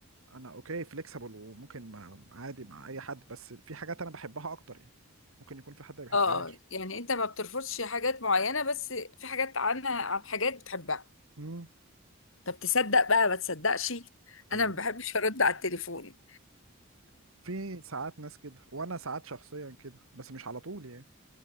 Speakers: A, on the right (about 65°); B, on the left (about 60°).
A: انا اوكي فليكسبل وممكن مع عادي مع اي حد بس في حاجات انا بحبها اكتر يعني ممكن يكون في حد ما بيحبهاش
B: آه، يعني انت ما بترفضش حاجات معينة بس في حاجات عنها عن حاجات بتحبها
A: امم
B: طب تصدق بقى ما تصدقش
A: ايوه
B: انا ما بحبش ارد على التليفون
A: في ساعات ناس كده وانا ساعات شخصيا كده بس مش على طول يعني